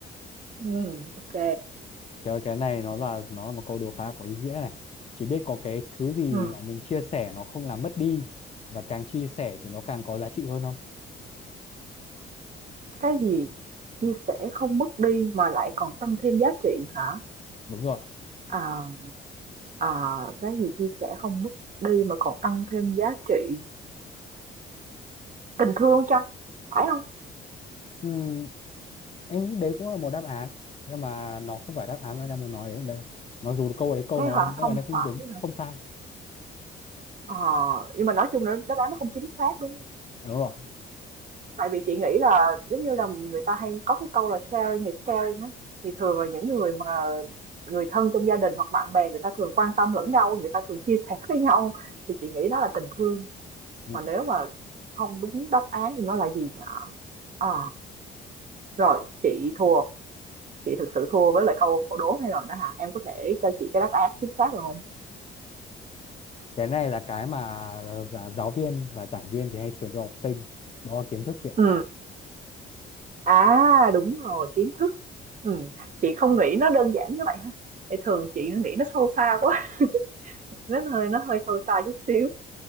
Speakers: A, on the right; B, on the left.
A: Ừ, ok.
B: cái cái này nó là nó là một câu đố khá có ý nghĩa này chỉ biết có cái thứ gì
A: Ừ.
B: mà mình chia sẻ nó không làm mất đi và càng chia sẻ thì nó càng có giá trị hơn không
A: Cái gì chia sẻ không mất đi mà lại còn tăng thêm giá trị hả?
B: đúng rồi
A: À, à, cái gì chia sẻ không mất đi mà còn tăng thêm giá trị? Tình thương chăng? Phải không?
B: Ừm, em nghĩ đấy cũng là một đáp án nhưng mà nó không phải đáp án mà em đang muốn nói đến đây mặc dù câu đấy câu
A: Thế
B: nó
A: hả?
B: đáp
A: Không
B: án này không
A: phải
B: đúng
A: hả?
B: không sai
A: Ờ, nhưng mà nói chung là đáp án nó không chính xác đúng không?
B: đúng rồi
A: Tại vì chị nghĩ là giống như là người ta hay có cái câu là sharing is caring á. Thì thường là những người mà người thân trong gia đình hoặc bạn bè người ta thường quan tâm lẫn nhau, người ta thường chia sẻ <laughs> với nhau. Thì chị nghĩ đó là tình thương.
B: Ừ.
A: Mà nếu mà không đúng đáp án thì nó là gì nhở? Ờ, rồi, chị thua, chị thực sự thua với lại câu câu đố này rồi đó hả? Em có thể cho chị cái đáp án chính xác được không?
B: cái này là cái mà giả- giáo viên và giảng viên thì hay truyền cho học sinh đó là kiến thức chị ạ
A: Ừ. À, đúng rồi, kiến thức. Ừ. Chị không nghĩ nó đơn giản như vậy ha. Thì thường chị nó nghĩ nó sâu xa quá, <laughs> nó hơi nó hơi sâu xa chút xíu.